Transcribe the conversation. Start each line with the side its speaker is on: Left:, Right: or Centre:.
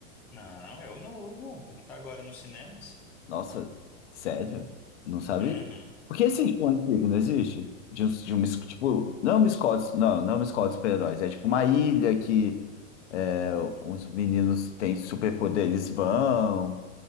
Centre: Não, é o novo, o que tá agora nos cinemas.
Left: Nossa, sério? Não sabia?
Centre: Uhum.
Left: Por que existe um antigo, não existe? De, um, de uma, es- tipo, não é uma escola, de- não, não é uma escola de super-heróis, é tipo uma ilha que é, uns meninos que têm superpoderes vão,